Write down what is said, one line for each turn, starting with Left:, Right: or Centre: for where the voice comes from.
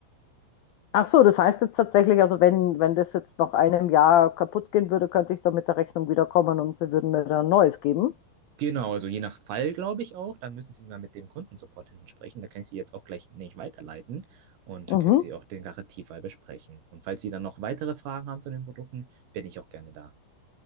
Left: Ach so, das heißt jetzt tatsächlich, also wenn, wenn das jetzt nach einem Jahr kaputt gehen würde, könnte ich da mit der Rechnung wiederkommen und sie würden mir dann ein neues geben.
Right: Genau, also je nach Fall, glaube ich auch. Da müssen Sie mal mit dem Kundensupport hinten sprechen. Da kann ich Sie jetzt auch gleich nicht weiterleiten. Und
Left: Mhm.
Right: da können Sie auch den Garantiefall besprechen. Und falls Sie dann noch weitere Fragen haben zu den Produkten, bin ich auch gerne da.